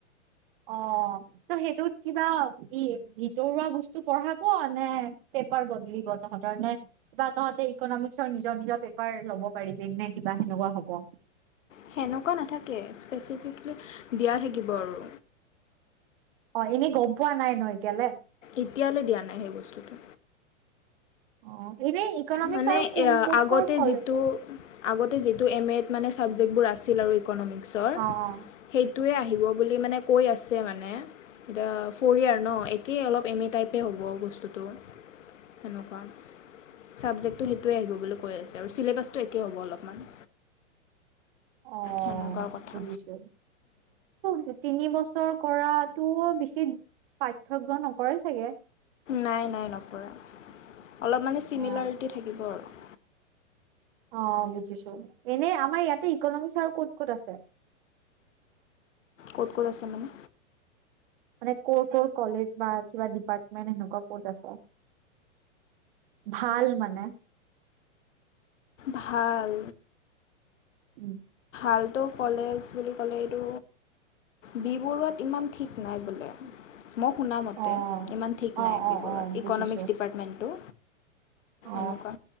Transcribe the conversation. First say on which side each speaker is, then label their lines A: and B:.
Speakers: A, on the right (about 45°); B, on the left (about 75°).
A: অ ত সেইটোত কিবা? ই ভিতৰুৱা বস্তু পঢ়াব নে পেপাৰ বদলিব তহঁতৰ নে কিবা তহঁতে। ইকনমিক্সৰ নিজৰ নিজৰ পেপাৰ ল'ব পাৰিবি নে কিবা সেনেকুৱা হ'ব।
B: সেনেকুৱা নাথাকে স্পেচিফিকেলি দিয়া থাকিব আৰু।
A: অ এনেই গম পোৱা নাই ন এতিয়ালৈ।
B: এতিয়ালৈ দিয়া নাই সেই বস্তুটো।
A: অ এনে ইকনমিক্স
B: মানে
A: আৰু কোন ক'ত
B: আগতে
A: ক'ত কলে।
B: যিটো আগতে যিটো এম এড মানে ছাবজেক্টবোৰ আছিল আৰু ইকনমিক্সৰ
A: অ অ
B: সেই। টোৱে আহিব বুলি মানে কৈ আছে মানে। এতিয়া ফৰি ইয়াৰ ন একেই অলপ এম এ টাইপে হ'ব বস্তুটো। তেনেকুৱা। ছাবজেক্টটো সেইটোৱে আহিব বুলি কৈ আছে আৰু চিলেবাছটো একেই হ'ব অলপমান
A: অ
B: সেনেকুৱা কথা
A: বুজিছো ত তিনি বছৰ চৰ কৰাতটো বেছি পাৰ্থক্য নকৰে চাগে
B: নাই নাই নকৰা অলপ মানে চিমিলাৰিটি
A: অ
B: থাকিব আৰু
A: অ বুজিছো এনেই আমাৰ ইয়াতে ইকনমিক আৰু ক'ত ক'ত আছে <inaudible>
B: ক'ত ক'ত আছে মানে
A: মানে ক'ৰ ক'ৰ কলেজ বা কিবা ডিপাৰ্টমেন্ট সেনেকুৱা ক'ত আছে ভাল মানে
B: ভাল
A: উম
B: ভালটো কলেজ বুলি ক'লে এইটো বি বৰুৱাত ইমান ঠিক নাই বোলে মই শুনামতে
A: অ
B: ইমান ঠিক
A: অ
B: নাই
A: অ
B: বি বৰুৱাত
A: অ
B: ইকনমিক্স
A: বুজিছো
B: ডিপাৰ্টমেণ্টটো
A: অ
B: এনেকুৱা